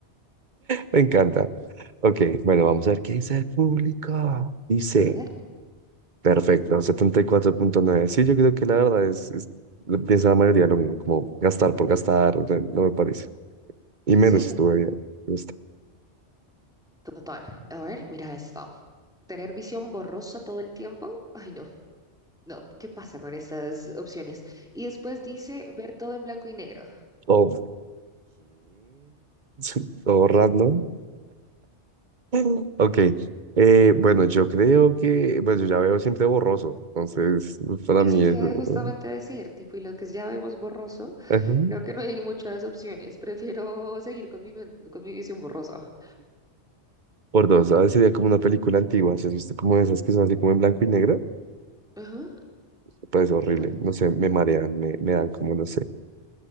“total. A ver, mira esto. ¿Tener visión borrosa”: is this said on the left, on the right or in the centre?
Centre